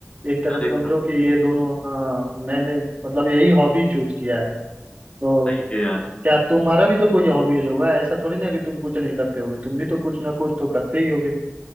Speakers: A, on the right; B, on the left.
A: एक तरह
B: अरे
A: से
B: वाह,
A: समझो कि ये दोनों हाँ मैंने मतलब यही हॉबी चूज किया है तो
B: सही है यार
A: क्या तुम्हारा भी तो कोई हॉबीज होगा ऐसा थोड़ी ना है कि तुम कुछ नहीं करते होगे तुम भी तो कुछ ना कुछ तो करते ही होगे